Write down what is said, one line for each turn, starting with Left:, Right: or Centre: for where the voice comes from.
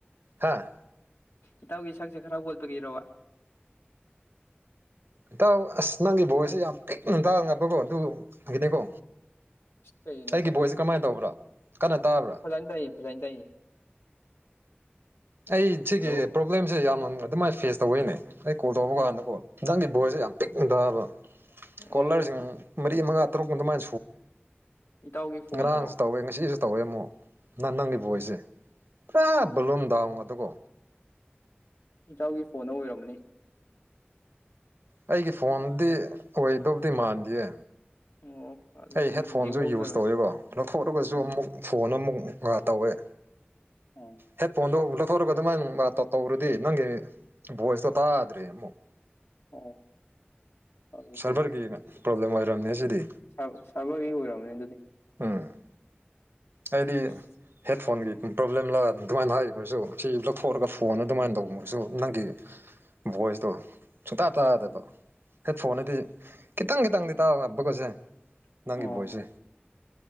Right: ꯍꯥꯥ
Left: ꯏꯇꯥꯎꯒꯤ ꯏꯁꯛꯁꯦ ꯈꯔ ꯑꯣꯠꯄꯒꯤꯔꯕ
Right: ꯏꯇꯥꯎ ꯑꯁ ꯅꯪꯒꯤ ꯚꯣꯏꯁꯦ ꯌꯥꯝ ꯄꯤꯛꯅ ꯇꯉꯝꯕꯀꯣ ꯑꯗꯨꯕꯨ ꯍꯩꯇꯦꯀꯣ
Left: ꯑꯁ ꯀꯩꯅꯣ
Right: ꯑꯩꯒꯤ
Left: ꯈꯪꯗꯦ
Right: ꯚꯣꯏꯁꯁꯦ ꯀꯃꯥꯏ ꯇꯧꯕ꯭ꯔ ꯀꯟꯅ ꯇꯥꯕ꯭ꯔ
Left: ꯐꯖꯅ ꯇꯥꯏꯌꯦ ꯐꯖꯅ ꯇꯥꯏꯌꯦ
Right: ꯑꯩ ꯁꯤꯒꯤ
Left: ꯍꯜꯂꯣ
Right: ꯄ꯭ꯔꯣꯕ꯭ꯂꯦꯝꯁꯦ ꯌꯥꯝꯅ ꯑꯗꯨꯃꯥꯏ ꯐꯦꯁ ꯇꯧꯕꯩꯅꯦ ꯑꯩ ꯀꯣꯜ ꯇꯧꯕ ꯀꯥꯟꯗꯀꯣ ꯅꯪꯒꯤ ꯚꯣꯏꯁꯖꯦ ꯌꯥꯝ ꯄꯤꯛꯅ ꯇꯥꯕ ꯀꯣꯂꯔꯖꯤꯡ
Left: ꯑꯣ
Right: ꯃꯔꯤ ꯃꯉꯥ ꯇꯔꯨꯛ ꯑꯗꯨꯃꯥꯏ
Left: ꯏꯇꯥꯎꯒꯤ ꯐꯣꯟꯅꯔꯣ
Right: ꯉꯔꯥꯡꯁꯨ ꯇꯧꯋꯦ ꯉꯁꯤꯁꯨ ꯇꯧꯋꯦ ꯑꯃꯨꯛ ꯅ ꯅꯪꯒꯤ ꯕꯣꯏꯁꯦ ꯄꯨꯔꯥ
Left: ꯑꯣ
Right: ꯕꯣꯂꯨꯝ ꯗꯥꯎꯟ ꯉꯥꯛꯇꯀꯣ
Left: ꯏꯇꯥꯎꯒꯤ ꯐꯣꯟꯗ ꯑꯣꯏꯔꯝꯃꯅꯤ
Right: ꯑꯩꯒꯤ ꯐꯣꯟꯗꯤ ꯑꯣꯏꯗꯧꯕꯗꯤ ꯃꯥꯟꯗꯤꯌꯦ
Left: ꯑꯣ ꯑꯗꯨꯗꯤ
Right: ꯑꯩ ꯍꯦꯠ ꯐꯣꯟꯖꯨ
Left: ꯅꯦꯠꯋꯥꯛꯅꯔꯣ
Right: ꯌꯨꯁ ꯇꯧꯋꯦꯀꯣ ꯂꯧꯊꯣꯛꯑꯒꯁꯨ
Left: ꯑꯣ
Right: ꯑꯃꯨꯛ ꯐꯣꯟ ꯑꯃꯨꯛ ꯑ ꯇꯧꯋꯦ
Left: ꯑꯣ
Right: ꯍꯦꯠ ꯐꯣꯟꯗꯣ <unintelligible> ꯊꯧꯔꯒ ꯑꯗꯨꯃꯥꯏꯅ ꯇ ꯇꯧꯔꯨꯗꯤ ꯅꯪꯒꯤ ꯚꯣꯏꯁꯇꯣ ꯇꯥꯗ꯭ꯔꯦ ꯑꯃꯨꯛ
Left: ꯑꯣ ꯑꯗꯨ
Right: ꯁꯔꯚꯔꯒꯤ
Left: ꯀꯩꯒꯤꯅꯣ
Right: ꯄ꯭ꯔꯣꯕ꯭ꯂꯦꯝ ꯑꯣꯏꯔꯝꯅꯦ ꯁꯤꯗꯤ
Left: ꯁꯥꯔ ꯁ꯭ꯥꯔꯚꯔꯒꯤ ꯑꯣꯏꯔꯝꯒꯅꯤ ꯑꯗꯨꯗꯤ
Right: ꯎꯝ ꯍꯥꯏꯗꯤ
Left: ꯑꯁ
Right: ꯍꯦꯠ ꯐꯣꯟꯒꯤ ꯄ꯭ꯔꯣꯕ꯭ꯂꯦꯝꯂ ꯑꯗꯨꯃꯥꯏꯅ ꯍꯥꯏꯔꯒꯁꯨ ꯁꯤ ꯂꯧꯊꯣꯛꯂꯒ ꯐꯣꯟ ꯑꯗꯨꯃꯥꯏꯅ ꯇꯧꯕꯅꯁꯨ ꯅꯪꯒꯤ ꯅꯪꯒꯤ ꯚꯣꯏꯁꯇꯣ ꯁꯨꯡꯇꯥ ꯇꯥꯗꯕ
Left: ꯑꯣ
Right: ꯍꯦꯠ ꯐꯣꯟꯅꯗꯤ ꯈꯤꯇꯪ ꯈꯤꯇꯪꯗꯤ ꯇꯥ ꯉꯝꯕꯒꯁꯦ
Left: ꯑꯣ
Right: ꯅꯪꯒꯤ ꯕꯣꯏꯁꯦ